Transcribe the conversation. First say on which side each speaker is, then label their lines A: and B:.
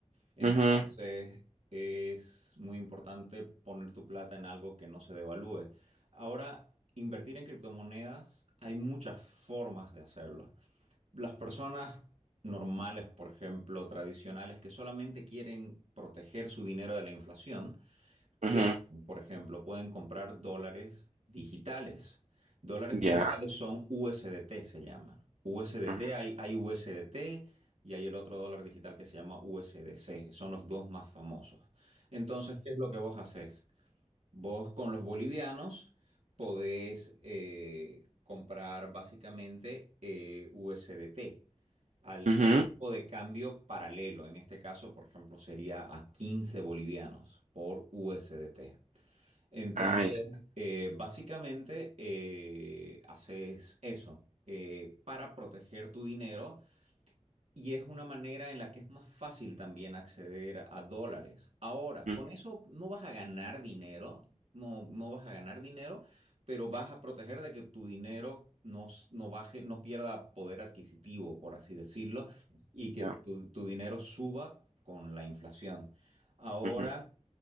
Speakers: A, on the right; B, on the right.
A: Entonces
B: Ujú,
A: es muy importante poner tu plata en algo que no se devalúe. Ahora, invertir en criptomonedas, hay muchas formas de hacerlo. Las personas normales, por ejemplo, tradicionales, que solamente quieren proteger su dinero de la inflación,
B: ujú,
A: ¿Qué hacen? Por ejemplo, pueden comprar dólares digitales. Dólares
B: ya.
A: digitales son USDT, se llaman. USDT,
B: ujú,
A: hay, hay USDT y hay el otro dólar digital que se llama USDC. Son los dos más famosos. Entonces, ¿qué es lo que vos haces? Vos con los bolivianos podés eh, comprar básicamente eh, USDT al,
B: ujú,
A: al
B: ujú.
A: tipo de cambio paralelo. En este caso, por ejemplo, sería a 15 bolivianos por USDT. Entonces,
B: Ah, ya.
A: eh, básicamente eh, haces eso eh, para proteger tu dinero y es una manera en la que es más fácil también acceder a dólares. Ahora,
B: mm,
A: con eso no vas a ganar dinero, no, no vas a ganar dinero, pero vas a proteger de que tu dinero no, s- no baje, no pierda poder adquisitivo, por así decirlo, y que
B: ya,
A: tu, tu dinero suba con la inflación. Ahora,
B: ujú.